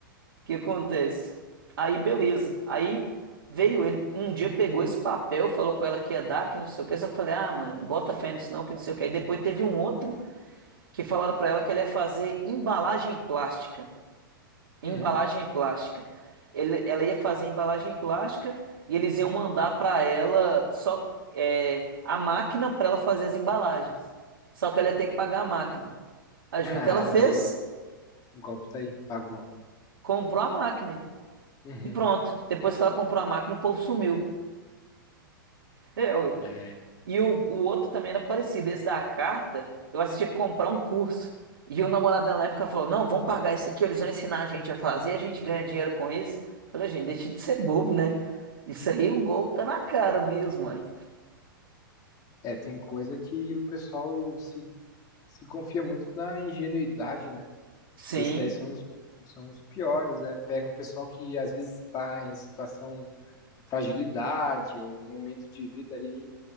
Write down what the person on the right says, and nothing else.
o que acontece? Aí, beleza. Aí veio ele, um dia pegou esse papel, falou com ela que ia dar, que não sei o que. Só que eu falei, ah, mãe, bota fé nisso não, que não sei o que. Aí depois teve um outro que falaram pra ela que ela ia fazer embalagem plástica. Embalagem
plástica. Ele- ela ia fazer embalagem plástica e eles iam mandar para ela só é, a máquina para ela fazer as embalagens. Só que ela ia ter que pagar a máquina. Adivinha
o que ela fez?
Comprou a máquina.
E pronto. Depois que ela comprou a máquina, o povo sumiu. É, ué.
E o, o outro também era parecido. Esse da carta, eu assisti que comprar um curso. E o namorado dela na época falou: Não, vamos pagar isso aqui, eles vão ensinar a gente a fazer, a gente ganha dinheiro com isso. Eu falei, gente, deixa de ser bobo, né? Isso aí o golpe tá na cara mesmo, mãe.
Sim,